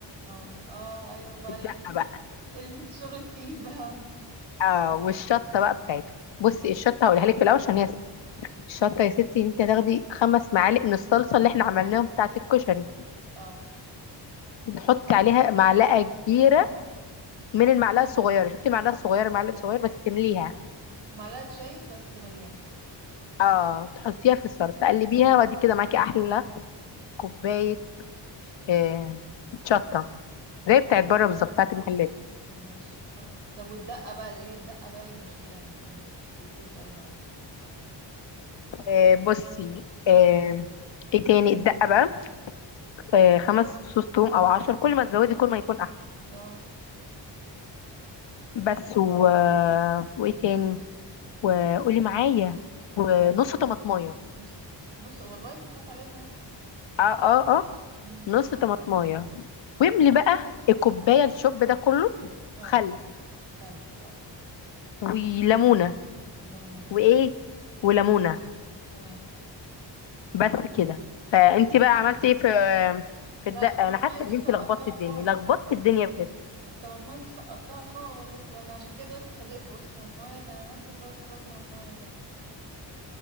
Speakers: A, on the right; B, on the left.
A: اه اه ايوه بقى
B: الدقة
A: ال...
B: بقى
A: <laughs> الشغل التقيل بقى
B: اه والشطه بقى بتاعته بصي
A: اه
B: الشطه هقولها لك في الاول عشان هي الشطه يا ستي انت هتاخدي خمس معالق من الصلصه اللي احنا عملناهم بتاعه الكشري
A: اه
B: تحطي عليها معلقه كبيره من المعلقه الصغيره شفتي المعلقه الصغيره معلقه صغير بس تمليها
A: معلقه شاي بس مليانه
B: اه تحطيها في الصلصه تقلبيها وادي كده معاكي احلى كوبايه آه شطه زي بتاعت بره بالظبط بتاعت المحلات
A: ماشي خلاص طب والدقه بقى اللي هي الدقه بقى هي المشكله إن مش بتظبط قوي معايا
B: آه بصي آه ايه تاني الدقه بقى آه خمس فصوص توم او عشر كل ما تزودي كل ما يكون احلى
A: اه
B: بس و... آه، وايه تاني وقولي معايا
A: والخل
B: ونص طماطمايه
A: نص نص والله بيتحط عليها طماطم
B: اه اه اه
A: امم
B: نص طماطمايه واملي بقى الكوبايه الشوب ده كله
A: اه
B: خل
A: خل اه
B: وليمونه
A: وليمون
B: وايه وليمونه
A: تمام
B: بس كده فانتي بقى عملتي ايه في في
A: لا
B: الدقه
A: الطماطمايه
B: انا حاسه
A: دي
B: ان
A: سقطتها
B: انتي لخبطتي الدنيا
A: خالص
B: لخبطتي الدنيا بجد
A: الطماطمايه دي سقطتها خالص انا عشان كده دلوقتي اتفاجئت فقلت طماطمايه ده انا ناسيه خالص موضوع الطماطمايه ده